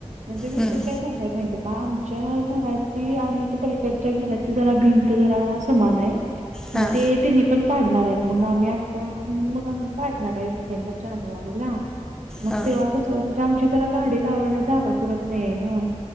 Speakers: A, on the right; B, in the centre.
A: म्हणजे विषय
B: हम्म,
A: काय झालायं माहितीय का, आमच्या घराची आमी अलीकड च्या घराची भिंत जरा समान आहे
B: हां
A: मग ते तेनी पण पाडणार आहेत, मग आम्हीं आता मग आम्हीं पाडणार आहे डिसेंबर -जानेवारीला. मग
B: हां
A: तेव्हा कसं म्हणजे आमची जरा गाडी लावायला जागा पुरत नाहीये ना,